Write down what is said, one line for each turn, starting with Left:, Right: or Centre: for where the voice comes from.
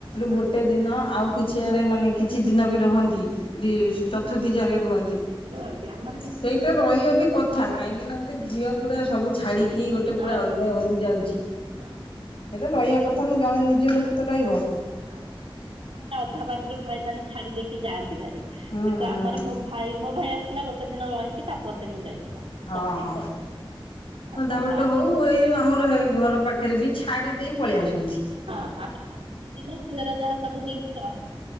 Right: ହଁ
Left: ଗୋଟେ ଦିନ ଆଉ କିଛି ଆଡ଼େ ମାନେ କିଛି ଦିନ ବି ରହନ୍ତି, ଯେ ଚତୁର୍ଥୀ ଯାକେ ରୁହନ୍ତି।
Right: ରୁହନ୍ତି ଆମ
Left: ସେଇଟା ରହିବା ବି କଥା, କାହିଁକି ନା ଗୋଟେ ଝିଅ ପୁରା ସବୁ ଛାଡିକି ଗୋଟେ ପୁରା
Right: ଆସେ
Left: ଅଲଗା ଘରକୁ ଯାଉଛି।
Right: ହଁ।
Left: ସେଇଟା ରହିବା କଥା ନା ଜଣେ ନିଜ ଲୋକ ତ ରହିବ।
Right: ହଁ କେତ କେତ ଆଡେ ଅଧା ବାଟରେ ଭାଇ ମାନେ। ଛାଡି ଦେଇକି ଯାଆନ୍ତି ଭାରି,
Left: ହୁଁ ହୁଁ
Right: କିନ୍ତୁ ଆମର ମୋ ଭାଇ ମୋ ଭାଇ ଆସିଥିଲା ଗୋଟ୍ ଟେ ଦିନ ରହିକି ତା ପର ଦିନ ଯାଇଥିଲା।
Left: ହଁ
Right: ସକାଳୁ
Left: ହଁ
Right: ସକାଳୁ
Left: ଅଧାବାଟେ
Right: ତାପରେ
Left: ହଉ ଏଇ ଆମର ଏ ଘର ପାଖରେ ବି ଛାଡ଼ି ଦେଇ ପଳେଇ ଆସନ୍ତି।
Right: ହଁ ତାପରେ ଚତୁର୍ଥୀ ଦିନ ଝିଅର ଯାହା ସବୁ ଜିନିଷ